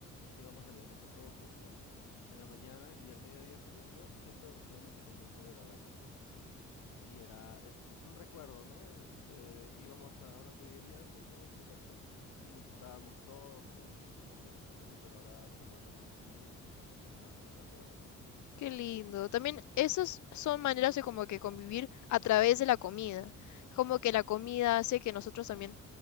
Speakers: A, on the left; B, on the left.
A: íbamos a la iglesia todos juntos en la mañana y al mediodía saliendo siempre nos íbamos a comer pollo a la brasa. Y era, es, es un recuerdo, ¿no? Este, íbamos a una pollería cerca de nuestra casa y nos sentábamos todos juntos a comer nuestro pollito a la brasa, matándonos de risa, conversando. Era muy bonito.
B: Qué lindo. También esas son maneras de como que convivir a través de la comida. Como que la comida hace que nosotros también